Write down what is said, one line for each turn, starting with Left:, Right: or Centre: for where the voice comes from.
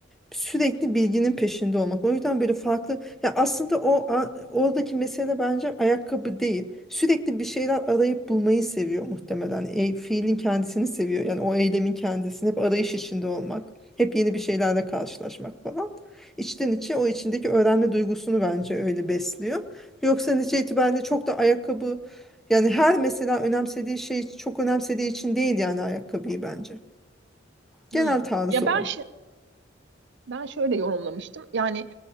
Centre: sürekli bilginin peşinde olmak. O yüzden böyle farklı ya aslında o a- oradaki mesele bence ayakkabı değil. Sürekli bir şeyler arayıp bulmayı seviyor muhtemelen. E, fiilin kendisini seviyor. Yani o eylemin kendisini hep arayış içinde olmak, hep yeni bir şeylerle karşılaşmak falan. İçten içe o içindeki öğrenme duygusunu bence öyle besliyor. Yoksa netice itibariyle çok da ayakkabı yani her mesela önemsediği şey çok önemsediği için değil yani ayakkabıyı bence. Genel
Right: Hmm.
Centre: tarzı
Right: Ya ben
Centre: o.
Right: şe- ben şöyle yorumlamıştım. Yani